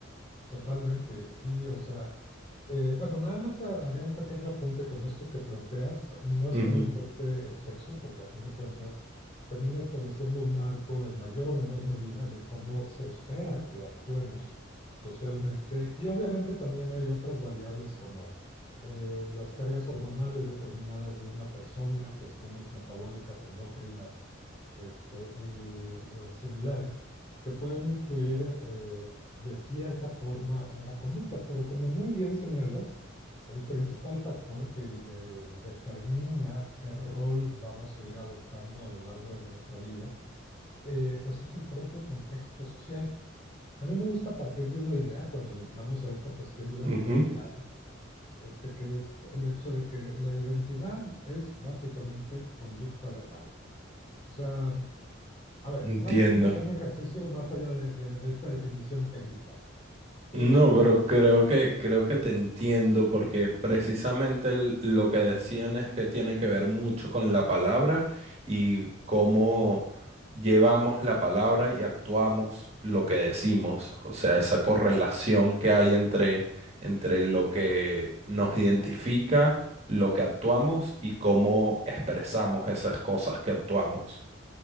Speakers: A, on the left; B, on the right.
A: totalmente, sí, o sea... Eh, bueno, nada más ha- haría un pequeño apunte con esto que planteas. No es
B: Ujú,
A: que no importe el sexo, porque a fin de cuentas termina estableciendo un marco en mayor o menor medida de cómo se espera que actuemos socialmente. Y obviamente también hay otras variables como eh, las cargas hormonales determinadas de una persona, cuestiones metabólicas, endocrinas, este, y eh, similares, que pueden influir eh, de cierta forma en la conducta, pero como muy bien señalas, el principal factor que eh, determina qué rol vamos a ir adoptando a lo largo de nuestra vida, eh, pues es el propio contexto social. A mí me gusta partir de una idea cuando le entramos a esta cuestión de las
B: ujú,
A: identidades, este que es el hecho de que la identidad es básicamente conducta verbal. O sea, a ver,
B: entiendo.
A: hagamos un pequeño ejercicio más allá de, de, de esta definición técnica. Eh,
B: No, pero creo que creo que te entiendo porque precisamente el- lo que decían es que tiene que ver mucho con la palabra y cómo llevamos la palabra y actuamos lo que decimos, o sea, esa correlación que hay entre entre lo que nos identifica, lo que actuamos y cómo expresamos esas cosas que actuamos.